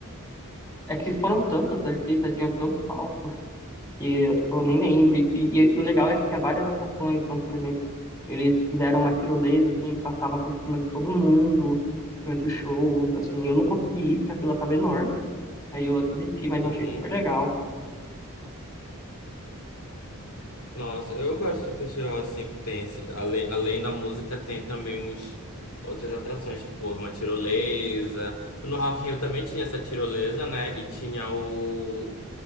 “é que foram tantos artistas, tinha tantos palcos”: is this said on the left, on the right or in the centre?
Left